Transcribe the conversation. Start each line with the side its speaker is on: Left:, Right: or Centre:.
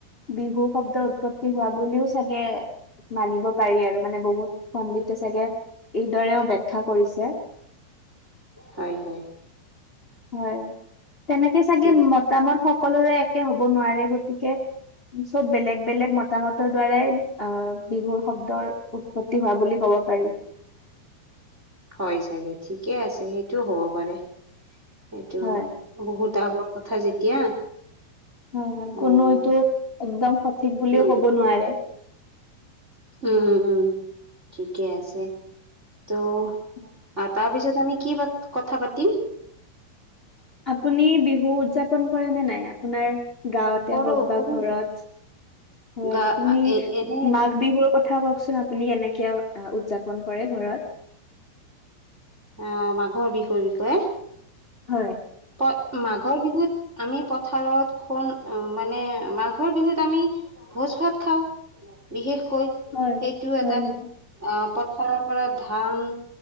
Left: বিহু শব্দ উৎপত্তি হোৱা বুলিও চাগে মানিব পাৰি। আৰু মানে বহুত সমৃদ্ধ চাগে এইদৰেও বেখ্যা কৰিছে
Right: হয় হয়।
Left: হয় তেনেকে চাগে
Right: ঠিক
Left: মতামত সকলোৰে একে হব নোৱাৰে গতিকে। উ চব বেলেগ। বেলেগ মতামতৰ দূৱাৰাই আ বিহুৰ উৎপত্তি হোৱা বুলি কব পাৰি।
Right: হয় চাগে ঠিকে আছে সেইটোও হ'ব পাৰে। সেইটো
Left: হয়
Right: বহুত আগৰ কথা যেতিয়া।
Left: হয় হয়
Right: উম
Left: কোনো এইটো একদম সঠিক বুলিও
Right: উম
Left: কব নোৱাৰে।
Right: উম উম ঠিকে আছে। ত'
Left: হয়।
Right: আ তাৰপিছত আমি কি পাত কথা পাতিম।
Left: আপুনি বিহু উদযাপন কৰে নে নাই আপোনাৰ। গাঁৱতে
Right: কৰো
Left: হওক
Right: কৰো
Left: বা ঘৰত হয়
Right: গা
Left: আপুনি
Right: এ এনে
Left: মাক বিহুৰ কত থা কওকচোন আপুনি কেনেকে অ আ উদযাপন কৰে ঘৰত।
Right: আ মাঘৰ বিহুৰ বিষয়ে।
Left: হয়।
Right: তই মাঘৰ বিহুত। আমি পথাৰত খুন মানে মাঘৰ বিহুত আমি ভোজ ভাত খাওঁ। বিশেষকৈ সেইটো
Left: হয় হয়
Right: এটা
Left: হয়
Right: আহ পথাৰৰ পৰা ধান।